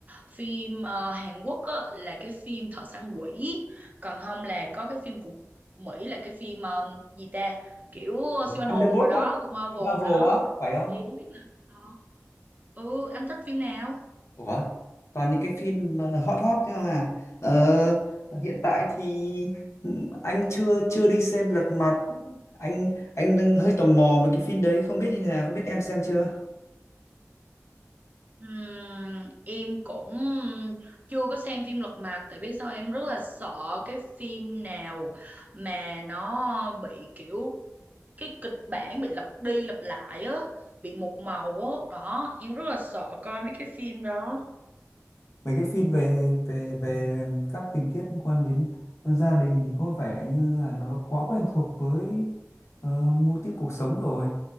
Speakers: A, on the right (about 30°); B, on the left (about 60°).
A: Phim ờ, Hàn Quốc á, là cái phim Thợ săn quỷ Còn không là có cái phim của Mỹ Là cái phim ờ, gì ta Kiểu siêu anh
B: Thunderbolt
A: hùng rồi đó
B: á,
A: Của Marvel
B: phim Marvel
A: đó
B: á, phải không?
A: Thì không biết là ờ, Ừ anh thích phim nào
B: Ủa, toàn những cái phim ờ, hot hot thế mà. Ờ, hiện tại thì ừm, anh chưa chưa đi xem Lật Mặt. Anh anh đang hơi tò mò về cái phim đấy, không biết như thế nào, không biết em xem chưa?
A: Ừm, em cũng chưa có xem phim Lật Mặt tại biết sao em rất là sợ cái phim nào mà nó bị kiểu cái kịch bản bị lặp đi lặp lại á bị một màu á đó em rất là sợ coi mấy cái phim đó
B: mấy cái phim về về về các tình tiết liên quan đến gia đình thì có vẻ như là nó quá quen thuộc với uh, mô típ cuộc sống rồi